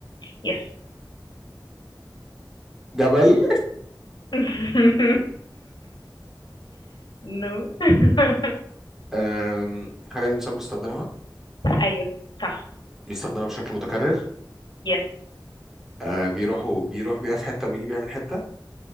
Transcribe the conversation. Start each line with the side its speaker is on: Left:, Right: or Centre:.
Left: yes
Centre: جبل
Left: <laughs> نو <laughs>
Centre: آه حاجه الانسان بيستخدمها
Left: ايوه صح
Centre: بيستخدمها بشكل متكرر
Left: يس
Centre: آه بيروحوا بيروح بيها في حته وبيجي بيها من حته